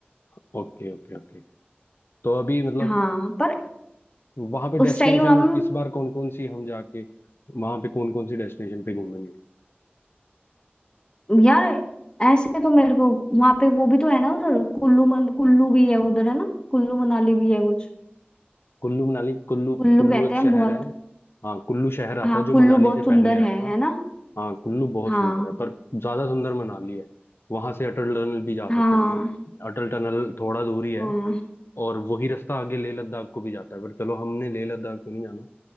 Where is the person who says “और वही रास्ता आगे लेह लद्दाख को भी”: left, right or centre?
Left